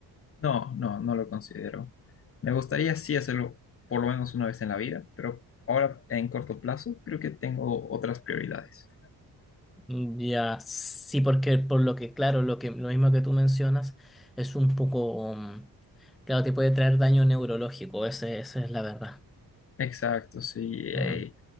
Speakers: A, on the left; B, in the centre.
A: No, no, no lo considero. Me gustaría sí hacerlo por lo menos una vez en la vida, pero ahora en corto plazo creo que tengo otras prioridades.
B: Mm, Ya, sí, porque por lo que, claro, lo que, lo mismo que tú mencionas es un poco, mm, claro, te puede traer daño neurológico, ese, esa es la verdad.
A: Exacto, sí, eh,
B: Eh,